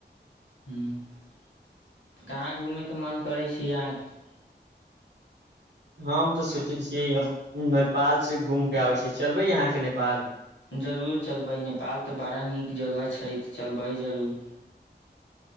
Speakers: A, on the left; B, on the right.
A: ह्म कहाँ घूमय के मोन करै छै अहाँके
B: हम तऽ सोचै छियै नेपाल सँ घूम कऽ आबै छी चलबै अहाँके नेपाल
A: जरूर चलबै नेपाल तऽ बड़ा नीक जगह छै तऽ चलबै जरूर